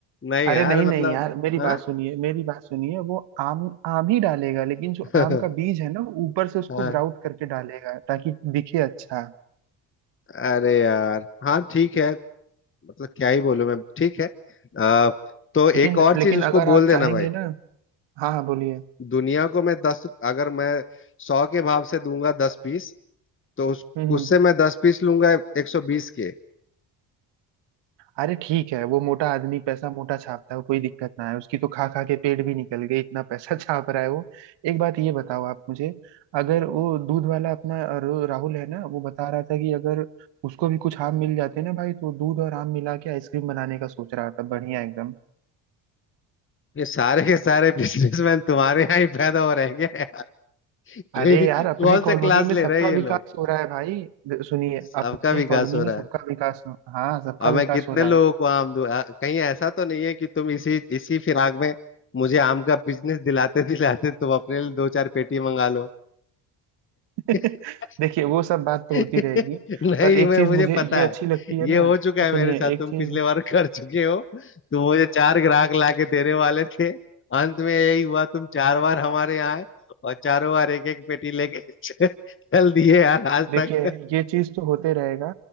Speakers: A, on the left; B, on the right.
A: नहीं
B: अरे
A: यार
B: नहीं नहीं
A: मतलब
B: यार मेरी
A: हाँ
B: बात सुनिए मेरी बात सुनिए वो आम आम ही डालेगा लेकिन जो
A: <laughs>
B: आम का बीज है ना वो ऊपर से उसको
A: हाँ
B: ग्राउट करके डालेगा ताकि दिखे अच्छा
A: अरे यार हाँ ठीक है मतलब क्या ही बोलूं मैं ठीक है आ, तो
B: लेकिन
A: एक और चीज
B: लेकिन
A: उसको
B: अगर आप
A: बोल देना
B: चाहेंगे
A: भाई
B: ना हाँ हाँ बोलिए
A: दुनिया को मैं दस अगर मैं सौ के भाव से दूंगा दस पीस तो उस
B: हम्म हम्म
A: उससे मैं दस पीस लूंगा एक सौ बीस के
B: अरे ठीक है वो मोटा आदमी पैसा मोटा छापता है कोई दिक्कत ना है उसकी तो खा खा के पेट भी निकल गए इतना पैसा <laughs> छाप रहा है वो एक बात ये बताओ आप मुझे अगर वो दूध वाला अपना रो- राहुल है ना वो बता रहा था कि अगर उसको भी कुछ आम मिल जाते ना भाई तो दूध और आम मिला के आइसक्रीम बनाने का सोच रहा था बढ़िया एकदम
A: ये सारे के सारे <laughs> बिजनेसमैन तुम्हारे यहाँ ही पैदा हो रहेंगे <laughs>
B: अरे
A: यही
B: यार अपने
A: कौन
B: कॉलोनी
A: सा क्लास
B: में सबका
A: ले रहे हैं ये
B: विकास
A: लोग
B: हो रहा है भाई द- सुनिए
A: सबका
B: अपने
A: विकास
B: कॉलोनी
A: हो
B: में
A: रहा
B: सबका
A: है
B: विकास हो हाँ सबका
A: अब मैं
B: विकास
A: कितने
B: हो रहा
A: लोगों
B: है
A: को आम दूं आ- कहीं ऐसा तो नहीं है कि तुम इसी इसी फिराक में मुझे आम का बिजनेस दिलाते दिलाते तुम अपने लिए दो चार पेटी मंगा लो
B: <laughs>
A: <laughs>
B: देखिए वो सब बात तो
A: नहीं
B: होती रहेगी पर एक
A: मैं
B: चीज
A: मुझे
B: मुझे
A: पता
B: ये
A: है
B: अच्छी लगती है
A: ये
B: ना
A: हो चुका है
B: सुनिए
A: मेरे साथ
B: एक
A: तुम
B: चीज
A: पिछले बार कर चुके हो तुम मुझे चार ग्राहक लाके देने वाले थे अंत में यही हुआ तुम चार बार हमारे यहाँ आए और चारों बार एक एक पेटी लेके <laughs> चल दिए यार आज
B: देखिए
A: तक
B: ये चीज तो होते रहेगा